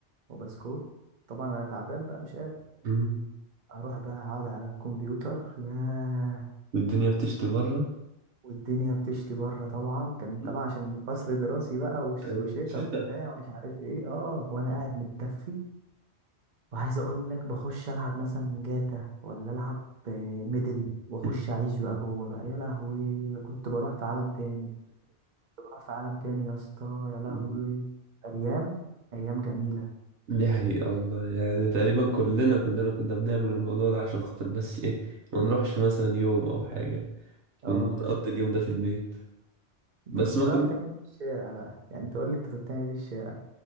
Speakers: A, on the right; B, on the right.
A: وبسكوت طبعا انا تعبان بقى مش قادر
B: مم.
A: اروح بقى اقعد على الكمبيوتر ياه
B: والدنيا بتشتي بره
A: والدنيا بتشتي بره طبعا كان طبعا
B: مم.
A: عشان فصل دراسي بقى وش-
B: آه.
A: وشتا
B: شتا
A: وبتاع ومش عارف ايه اه وانا قاعد متدفي وعايز اقول لك بخش العب مثلا جاتا ولا العب آه، ميدل واخش
B: مم.
A: اعيش بقى جوه بقى يا لهوي كنت بروح في عالم تاني كنت بروح في عالم تاني يا اسطى يا لهوي
B: مم.
A: ايام ايام جميله
B: دي حقيقة والله يعني تقريبا كلنا كلنا كنا بنعمل الموضوع ده عشان خاطر بس إيه ما نروحش مثلا يوم أو حاجة
A: اه
B: ونقضي اليوم ده في البيت
A: انت
B: بس
A: كنت
B: ما كنا
A: بقى بتعمل ايه في الشارع بقى يعني انت قول لي انت كنت بتعمل ايه في الشارع